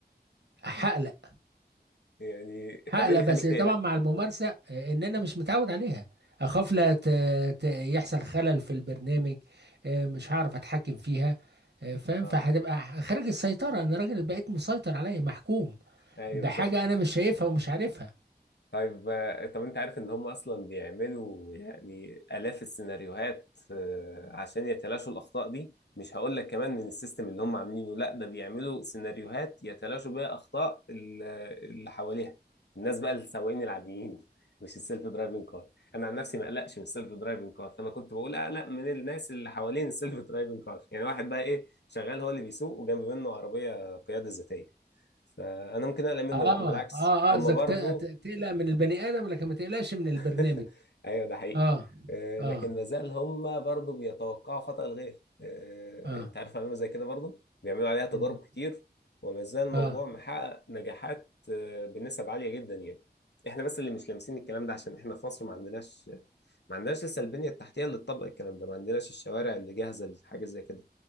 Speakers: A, on the right; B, on the left.
A: حقلق
B: يعني
A: حقلق
B: طب ايه اللي
A: بس
B: يخليك تقلق
A: طبعا مع الممارسه آه، ان انا مش متعود عليها اخاف لا ت... ت... يحصل خلل في البرنامج آه، مش هعرف اتحكم فيها آه، فاهم
B: اه
A: فهتبقى خارج السيطره انا راجل بقيت مسيطر عليا محكوم
B: ايوه
A: بحاجة
B: بالظبط
A: أنا مش شايفها ومش عارفها
B: طيب آه، طب انت عارف ان هم اصلا بيعملوا يعني الاف السيناريوهات آه، عشان يتلاشوا الاخطاء دي مش هقول لك كمان من السيستم اللي هم عاملينه لا ده بيعملوا سيناريوهات يتلاشوا بيها اخطاء ال- اللي حواليها الناس بقى السواقين العاديين مش السيلف درايفنج كار انا عن نفسي ما اقلقش من السيلف درايفنج كار فانا كنت بقول اقلق من الناس اللي حوالين السيلف درايفنج كار يعني واحد بقى ايه شغال هو اللي بيسوق وجنب منه عربية قيادة ذاتية فانا ممكن اقلق منه
A: آه
B: لكن بالعكس
A: آه آه،
B: هم
A: قصدك
B: برضو
A: ت- ت- تقلق من البني آدم لكن ما تقلقش من البرنامج
B: <laughs> ايوه ده حقيقي
A: آه
B: آه،
A: آه
B: لكن مازال هم برضو بيتوقعوا خطأ الغير آه،
A: آه
B: انت عارف علامة زي كده برضو بيعملوا عليها تجارب
A: إن
B: كتير ومازال الموضوع
A: آه
B: محقق نجاحات آه، بنسب عالية جدا يعني احنا بس اللي مش لامسين الكلام ده عشان احنا في مصر ما عندناش ما عندناش لسه البنية التحتية اللي تطبق الكلام ده ما عندناش الشوارع اللي جاهزة لحاجة زي كده